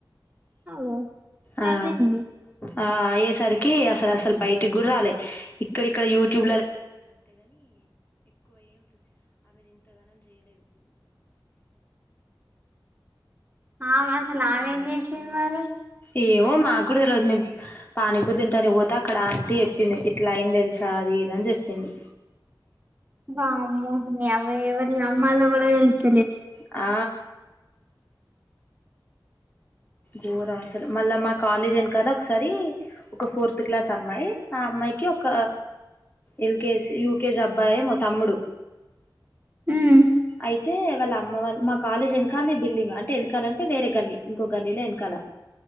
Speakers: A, on the right (about 20°); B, on the left (about 25°).
A: అఓ గదేంది
B: ఆ ఆ అయ్యేసరికి అసలు అసలు బయటికి గుడ్ రాలే ఇక్కడక్కడ యూట్యూ
A: ఆమా ఆసలు ఆమె ఏం చేసింది మారి?
B: ఏమో మాకు తెలియదు మేము పానీపూర్ తింటానికి పోతే అక్కడ ఆంటి చెప్పింది ఇట్లా అయింది తెలుసా అది ఇద అని చెప్పింది.
A: వమ్మ నీ అవ్వ ఎవర్ని అమ్మాల కూడా తేల్
B: ఆ ఘోరం అసలు మళ్ళా మా కాలేజ్ వెనకాల ఒకసారి ఒక ఫోర్త్ క్లాస్ అమ్మాయి ఆ అమ్మాయికి ఒక ఎల్కేజీ యూకేజీ అబ్బాయే మో తమ్ముడు
A: ఉమ్
B: అయితే వాళ్ళ అమ్మ వాళ్ళ మా కాలేజ్ ఎనకాలనే బిల్డింగ్ అంటే ఎనకాలంటే వేరే గల్లి ఇంకో గల్లీ లో వెనకాలా